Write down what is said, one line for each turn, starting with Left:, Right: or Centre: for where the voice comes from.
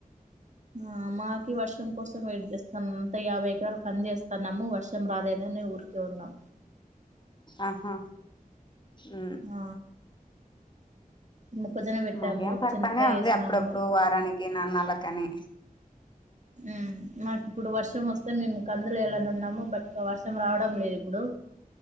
Right: ఆ మాకి వర్షం కోసం వెయిట్ చేస్తాన నూట యాభై ఎకరాలు కందివేస్తున్నాము వర్షం రాలేదని ఊరి ఉన్నాం
Left: ఆహా ఉ
Right: ఆ మొక్కజొన్న పెట్టాము
Left: మాకేం పడతనే
Right: చెనక్కాయ
Left: ఉంది
Right: వేసినాము
Left: అప్పుడప్పుడు వారానికి నెలనెలకని
Right: హు మాకి ఇప్పుడు వర్షం వస్తే మేము కందులెయ్యాలని ఉన్నాము బట్ వర్షం రావడం లేదు ఇప్పుడు